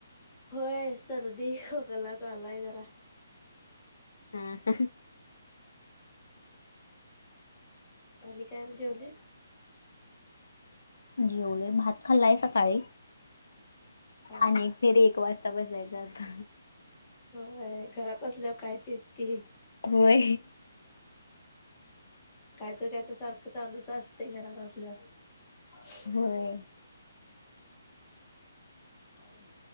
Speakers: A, on the left (about 20°); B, on the left (about 80°).
A: होय सर्दी खोकला झालाय जरा.
B: हा <inaudible>
A: पली काय म्ह जेवलीस?
B: जेवले भात खाल्लाय सकाळी
A: हा
B: आणि
A: हा
B: एक फेरी एक वाजता तपासय जात
A: होय घरात असल्यावर काय तेच. की
B: होय
A: काहीतरी आता सारखं चालूच असतय घरात असल्यावर. हॅ
B: होय.
A: ह